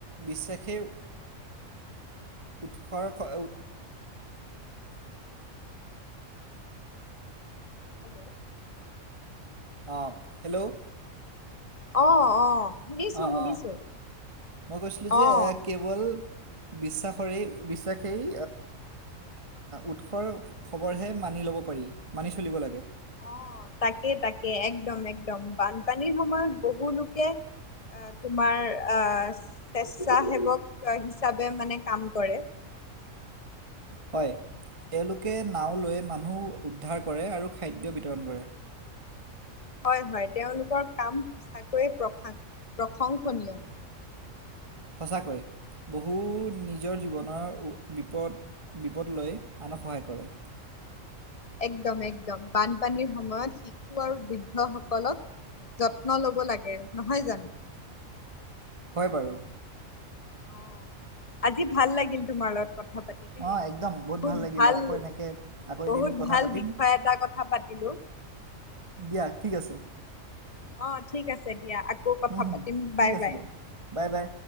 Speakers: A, on the right; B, on the left.
A: বিশ্বাসেই উৎসৰ উ
B: হেল্ল',
A: অঁ হেল্ল'
B: অ অ শুনিছো
A: অঁ
B: শুনিছো
A: অঁ মই কৈছিলোঁ যে
B: অ
A: কেৱল বিশ্বাসৰেই বিশ্বাসেই উৎসৰ খবৰহে মানি ল'ব পাৰি মানি চলিব লাগে
B: অ তাকে তাকে একদম একদম বানপানীৰ সময়ত বহু লোকে তোমাৰ আহ স্বেচ্ছাসেৱক হিচাপে মানে কাম কৰে
A: হয় এওঁলোকে নাও লৈ মানুহ উদ্ধাৰ কৰে আৰু খাদ্য বিতৰণ কৰে
B: হয় হয় তেওঁলোকৰ কাম সঁচাকৈয়ে প্ৰশ প্ৰশংসনীয়
A: সঁচাকৈ বহু নিজৰ জীৱনৰ বিপদ বিপদ লৈ আনক সহায় কৰে
B: একদম একদম বানপানীৰ সময়ত শিশু আৰু বৃদ্ধ সকলক যত্ন ল'ব লাগে নহয় জানো
A: হয় বাৰু
B: অ আজি ভাল লাগিল তোমাৰ লগত কথা পাতি দ
A: অঁ একদম
B: বহুত
A: লাগিলে
B: ভাল
A: আকৌ এনেকৈ আকৌ এদিন
B: বহুত
A: কথা
B: ভাল
A: পাতিম
B: বিষয় এটা কথা পাতিলো
A: দিয়া ঠিক আছে
B: অ ঠিক আছে দিয়া আকৌ কথা
A: হুম হুম
B: পাতিম বাই
A: ঠিক আছে
B: বাই
A: দিয়া বাই বাই